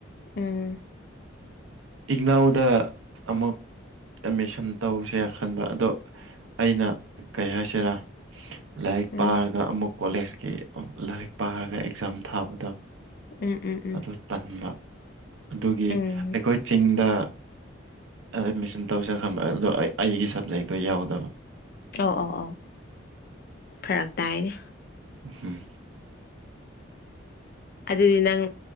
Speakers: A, on the left; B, on the right.
A: ꯎꯝ
B: ꯏꯛꯅꯧꯗ ꯑꯃꯨꯛ ꯑꯦꯠꯃꯤꯁꯟ ꯇꯧꯁꯦꯌꯥ ꯈꯥꯟꯕ ꯑꯗꯣ ꯑꯩꯅ ꯀꯩ ꯍꯥꯏꯁꯤꯔꯥ ꯂꯥꯏꯔꯤꯛ
A: ꯎꯝ
B: ꯄꯥꯔꯒ ꯑꯃꯨꯛ ꯀꯣꯂꯦꯖꯀꯤ ꯂꯥꯏꯔꯤꯛ ꯄꯥꯔꯒ ꯑꯦꯛꯖꯥꯝ ꯊꯥꯕꯗꯣ
A: ꯎꯝ ꯎꯝ ꯎꯝ
B: ꯑꯗꯨ ꯇꯟꯕ ꯑꯗꯨꯒꯤ
A: ꯎꯝ
B: ꯑꯩꯈꯣꯏ ꯆꯤꯡ ꯗ ꯑꯦꯗꯃꯤꯁꯟ ꯇꯧ ꯆꯠꯂꯝꯕ ꯑꯗꯨꯗ ꯑꯩ ꯑꯩꯒꯤ ꯁꯕꯖꯦꯛꯇꯣ ꯌꯥꯎꯗꯕ
A: ꯑꯧ ꯑꯧ ꯑꯧ ꯐꯔꯛ ꯇꯥꯏꯅꯦ
B: ꯍꯨꯝ
A: ꯑꯗꯨꯗꯤ ꯅꯪ